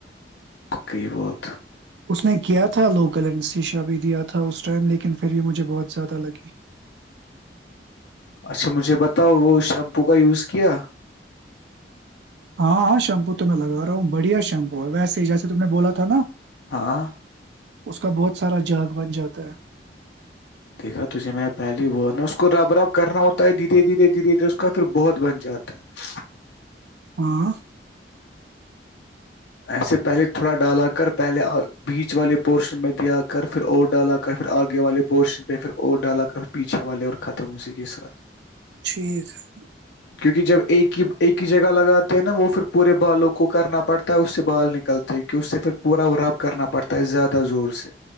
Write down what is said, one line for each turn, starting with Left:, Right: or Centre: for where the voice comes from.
Left: بقی بہت <unintelligible>
Right: اس نے کیا تھا لوکل این سی ش بھی دیا تھا اس ٹائم لیکن پھر بھی مجھے بہت زیادہ لگی
Left: اچھا مجھے بتا بتا وہ شیمپو کا یوز کیا
Right: ہاں ہاں شیمپو تو میں لگا رہا ہوں بڑھیا شیمپو ہے ویسے جیسے تم نے بولا تھا نا
Left: ہاں
Right: اس کا بہت سارا جاگ بن جاتا ہے
Left: دیکھا تے میں پہلے ب نا اس کو رب رب کرنا ہوتا ہے دھیرے دھیرے دھیرے دھیرے اس کا پھر بہت بن جاتا ہے
Right: ہاں
Left: ایسے پہلے تھوڑا ڈالا کر پہلے بیچ والے پورشن میں دیا کر پھر او ڈالا کر پھر آگے والے پورشن پہ پھر او ڈالا کرھر پیچھے والے اور ختم اسی کے ساتھ
Right: ٹھیک ہے
Left: کیونکہ جب ایک ہی ایک ہی جگہ لگاتے ہیں نا وہ پھر پورے بالوں کو کرنا پڑتا اس سے بال نکلتے کہ اس سے پھر پورا رب کرنا پڑتا ہے زیادہ زور سے